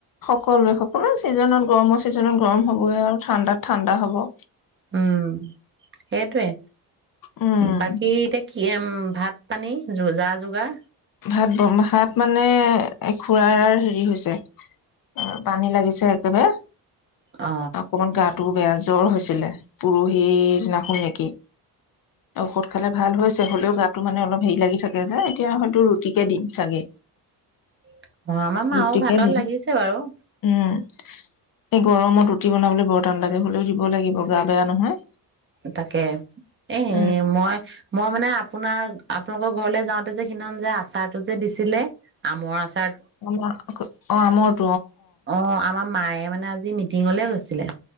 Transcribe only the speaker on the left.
সকলোৱে, সকলো ছিজনত গৰমৰ ছিজনত গৰম হ'বই আৰু ঠাণ্ডাত ঠাণ্ডা হ'ব।
উম,
ভাত বম, ভাত মানে এ খুৰাৰাৰ হেৰি হৈছে, আ পানী লাগিছে একেবাৰে।
অকমান গাট তোৰ গা জ্বৰ হৈছিলে, পৰহিৰ দিনাখন নেকি? ঔষধ খালে ভাল হৈছে। হ'লেও গাটো মানে অলপ হেৰি লাগি থাকে যে। এতিয়া হয় তোৰ ৰুটিকে দিম, চাগে।
ৰুটিকে
দিম
উম এই গৰমত ৰুটি বনাবলৈ বৰ টান লাগে। হ'লেও দিব লাগিব, গা বেয়া নহয়।
উম
<unintelligible>